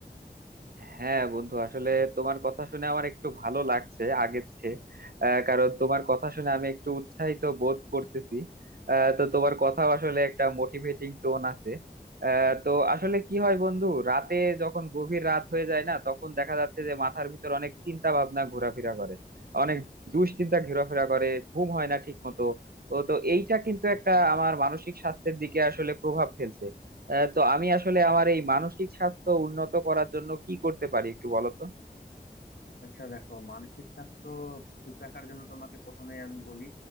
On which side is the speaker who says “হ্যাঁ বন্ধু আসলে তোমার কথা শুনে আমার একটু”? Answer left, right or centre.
Right